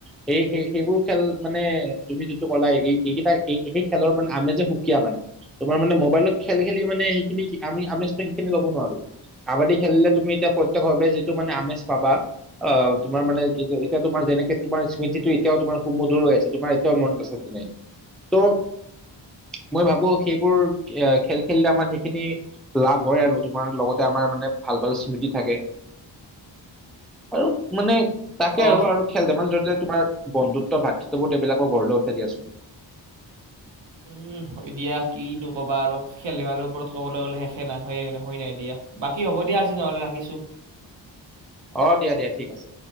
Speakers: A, in the centre; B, on the right.
A: সেই সেই সেইবোৰ খেল মানে তুমি যিটো ক'লা এই এইকেইটা এই সেই খেলৰ মানে আমেজে সুকীয়া। মানে তোমাৰ মানে মোবাইলত খেল খেলি মানে সেইখিনি আমি আমেজটো সেইখিনি লব নোৱাৰো, কাবাডী খেলিলে তুমি এতিয়া প্ৰত্যক্ষভাৱে যিটো মানে আমেজ পাবা অ তোমাৰ মানে এই এতিয়া তোমাৰ যেনেকে তোমাৰ স্মৃতিটো এতিয়াও তোমাৰ সুমধুৰ হৈ আছে তোমাৰ এতিয়াও মনত আছে তেনেকে ত' মই ভাবো সেইবোৰ খেল খেলিলে আমাৰ সেইখিনি লাভ হয় আৰু তোমাৰ লগতে আমাৰ মানে ভাল ভাল স্মৃতি থাকে। আৰু মানে তাকে
B: অহ
A: আৰু খেল ধেমালি য তোমাৰ বন্ধুত্ব, ভাতৃত্ববোৰ, এইবিলাকো গঢ়ৈ উঠাই দিয়াচোন।
B: উম এ দিয়া কিনো ক'বা আৰু খেল ধেমালিৰ ওপৰত কবলৈ গ'লে শেষে নহয়, হয় নাই দিয়া বাকী হ'ব দিয়া আজি নহলে ৰাখিছো।
A: অ' দিয়া দিয়া ঠিক আছে।